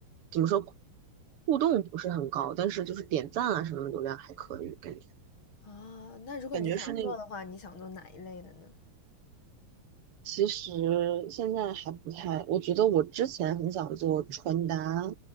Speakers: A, on the right; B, on the left.
A: 怎么说，互动不是很高，但是就是点赞啊什么的流量还可以，感觉
B: <laughs> 啊。那如果你想做的话，
A: 感觉是那种。
B: 你想做哪一类的呢？
A: 其实现在还不太，我觉得我之前很想做穿搭